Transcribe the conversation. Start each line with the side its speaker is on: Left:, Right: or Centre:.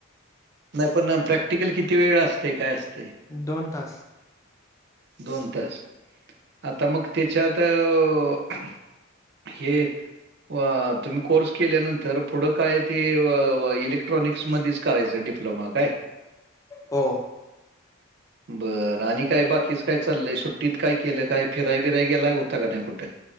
Right: नाही पण प्रॅक्टिकल किती वेळ असतंय? काय असतंय?
Left: दोन तास.
Right: दोन तास, आता मग त्याच्यात अ हे वा तुम्ही कोर्स केल्यानंतर पुढं काय ते व व इलेक्ट्रॉनिक्समधीच करायचा डिप्लोमा काय
Left: हो
Right: बरं आणि काय बाकीच? काय चाल्लयं सुट्टीत काय केलं काय फिराय बिराय गेलाय हो ता का नाय कुटं?